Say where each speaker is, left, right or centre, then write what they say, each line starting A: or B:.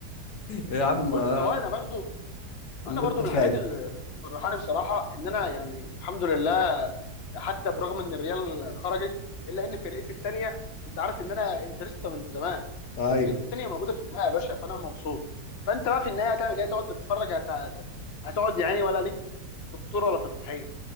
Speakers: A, on the left; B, on the left.
A: يا عم
B: بص
A: آه،
B: هو انا برضو انا
A: اللي
B: برضو
A: انت
B: من
A: شايفه
B: الحاجات اللي مفرحاني بصراحه ان انا يعني الحمد لله حتى برغم ان الريال خرجت الا ان فرقتي التانيه انت عارف ان انا انترستا من زمان
A: طيب
B: فرقتي التانيه موجوده في النهائي يا باشا فانا مبسوط فانت بقى في النهائي هتعمل ايه هتقعد تتفرج هت... هتقعد يعني ولا ليك في الطور ولا في الطحين